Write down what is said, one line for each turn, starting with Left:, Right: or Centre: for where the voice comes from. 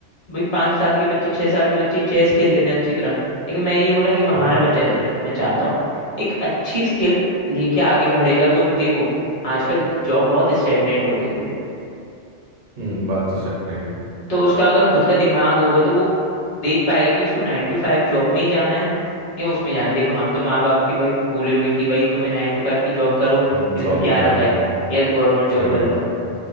Left: भाई पांच साल की बच्ची छह साल की बच्ची चेस खेल लेते हैं अच्छी तरह लेकिन मैंने नहीं बोला कि हमारा
Right: हाँ
Left: बच्चा ऐसा करे मैं चाहता हूँ एक अच्छी स्किल लेके आगे बढ़ेगा तो देखो आजकल जॉब बहुत स्टेगनेंट हो गई है
Right: हम्म बात तो सही है
Left: तो उसका अगर खुद का दिमाग होगा तो वो देख पाएगा कि उसको नाइन टू फाइव जॉब में ही जाना है या उसमें जाना है देखो हम तो माँ बाप के भाई बोले हुए कि भाई तुम्हें नाइन टू फाइव की जॉब करो
Right: जॉब
Left: इसमें क्या
Right: ही करनी
Left: रखा है
Right: है
Left: या तो गवर्नमेंट जॉब
Right: सही
Left: कर लो
Right: बात है